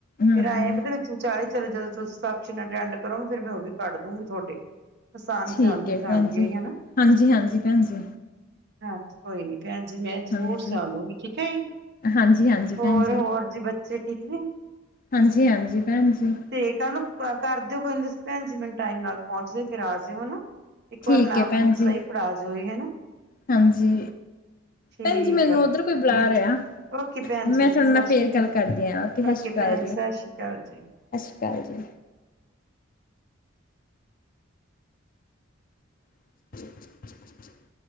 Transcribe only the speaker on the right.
ਫੇਰ ਆਏਂ ਆ ਵਿੱਚ ਵਿਚਾਲੇ ਚਲੋ ਜਦੋਂ ਤੁਸੀ ਸੈਕਸ਼ਨ ਅਟੈਂਡ ਕਰੋਗੇ ਫ਼ਿਰ ਮੈਂ ਉਹ ਵੀ ਕੱਢ ਦੂਗੀ ਥੋਡੇ ਆਸਾਨ
ਸਿਉਣਤੇ
ਜਾਣਗੇ
<unintelligible> ਜੀ ਹਨਾ
ਹਾਂਜੀ ਕੋਈ ਨੀ ਭੈਨਜੀ ਮੈਂ ਜ਼ਰੂਰ
ਸਿਓਂਦੁੰਗੀ ਠੀਕ ਹੈ ਈ
ਹੋਰ
ਹੋਰ ਜੀ ਬੱਚੇ ਠੀਕ ਨੇ
ਤੇ ਕੱਲ ਨੂੰ ਕਰ ਦਿਓ ਕਈ ਤੁਸੀ ਨੀ ਭੈਣ ਜੀ ਮੈਨੂੰ ਟਾਈਮ ਨਾਲ ਫੋਨ ਫਿਰ ਤੁਸੀ ਆ ਜਾਓ ਹਨਾ। ਇੱਕ
ਵਾਰ ਨਾਪ-ਨੂਪ
ਸਹੀ ਫੜਾ ਜੋ ਈ ਹਨਾ।
ਠੀਕ
ਆ
ਏ ਹਾਜੀ।
ਓਕੇ ਭੈਣ
ਜੀ, ਓਕੇ
ਸਤਿ
ਸ਼੍ਰੀ
ਅਕਾਲ,
ਓਕੇ
ਭੈਣ ਜੀ ਸਤਿ ਸ਼੍ਰੀ ਅਕਾਲ ਜੀ।